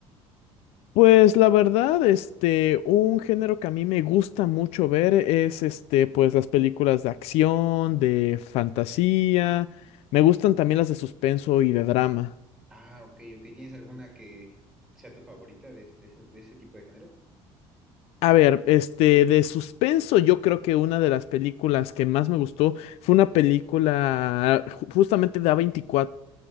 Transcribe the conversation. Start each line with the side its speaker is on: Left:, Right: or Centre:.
Left: Pues la verdad, este, un género que a mí me gusta mucho ver es este, pues las películas de acción, de fantasía, me gustan también las de suspenso y de drama.
Centre: Ah, ok, ok, ¿tienes alguna que sea tu favorita de, de ese de ese tipo de géneros?
Left: A ver, este, de suspenso, yo creo que una de las películas que más me gustó fue una película ju- justamente de A24,